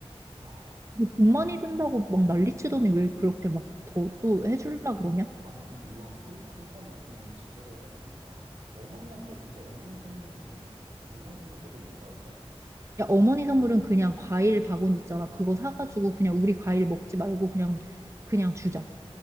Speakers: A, on the right (about 90°); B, on the right (about 30°).
A: 아, 씨.
B: 많이 든다고 막 난리치더니 왜 그렇게 막 더 또 해주려고 그러냐?
A: 아니, 그래도 이왕 할, 할 거면 좀 제대로 해야 되니까. 어머니한테, 근데 어머니 선물은 좀, 어머니 선물 조금 오바인가?
B: 야, 어머니 선물은 그냥 과일 바구니 있잖아. 그거 사가지고 그냥 우리 과일 먹지 말고 그냥, 그냥 주자.